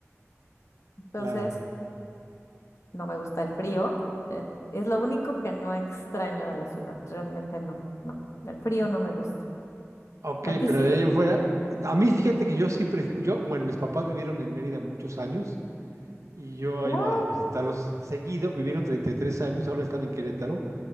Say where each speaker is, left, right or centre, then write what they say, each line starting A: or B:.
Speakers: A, on the left; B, on the right.
A: Entonces,
B: claro.
A: no me gusta el frío. eh, es lo único que no extraño de la ciudad. Realmente no, no. El frío no me gusta.
B: Ok,
A: ¿A ti
B: pero
A: sí?
B: de ahí en fuera, a mí fíjate que yo sí, pref- yo, bueno, mis papás vivieron en Mérida muchos años y yo
A: ¡Wow!
B: iba a visitarlos seguido, vivieron 33 años, ahora están en Querétaro,